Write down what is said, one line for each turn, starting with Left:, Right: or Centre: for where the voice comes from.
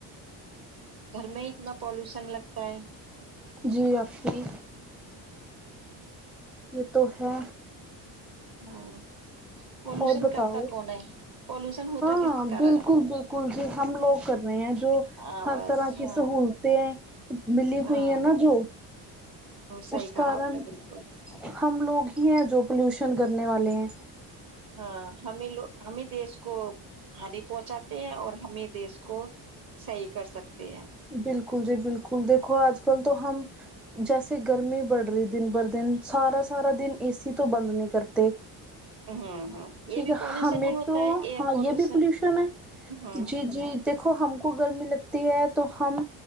Right: گھر میں اتنا پالوشن لگتا ہے
Centre: جی آپ کی یہ تو ہے
Right: ہاں پولوشن
Centre: اور بتاؤ
Right: کرتا کون ہے پولوشن ہوتا
Centre: ہاں
Right: کس کارن
Centre: بالکل
Right: ہے
Centre: بالکل جی ہم لوگ کر رہے ہیں جو
Right: ہاں
Centre: ہر
Right: بس
Centre: طرح کی
Right: ہاں
Centre: سہولتیں ملی ہوئی
Right: ہاں
Centre: ہے نا جو
Right: صحیح
Centre: اس
Right: کہا
Centre: کارن
Right: آپ نے بالکل
Centre: ہم لوگ ہی ہیں جو پولوشن کرنے والے ہیں
Right: ہاں ہمیں لو ہمیں دیس کو ہانی پہنچاتے ہیں اور ہمیں دیش کو صحیح کر سکتے ہیں
Centre: بالکل جی بالکل دیکھو آج کل تو ہم جیسے گرمی بڑھ رہی دن بھر دن سارا سارا دن اے سی تو بند نہیں کرتے
Right: ہوں ہوں
Centre: ٹھیک
Right: یہ بھی
Centre: ہے
Right: پالوشن
Centre: ہمیں
Right: ہی ہوتا
Centre: تو
Right: ہے ایئر
Centre: ہاں
Right: پالوشن
Centre: یہ بھی پولوشن ہے
Right: ہوں
Centre: جی جی دیکھو ہم کو گرمی لگتی ہے تو ہم